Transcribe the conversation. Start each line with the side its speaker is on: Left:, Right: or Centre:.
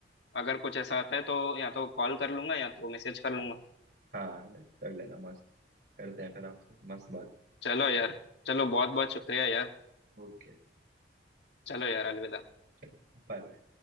Left: अगर कुछ ऐसा आता है तो या तो कॉल कर लूंगा या तो मैसेज कर लूंगा
Right: हाँ कर लेना मस्त करते हैं फिर आपसे मस्त बात
Left: चलो यार चलो बहुत बहुत शुक्रिया यार
Right: ओके
Left: चलो यार अलविदा
Right: चलो बाय बाय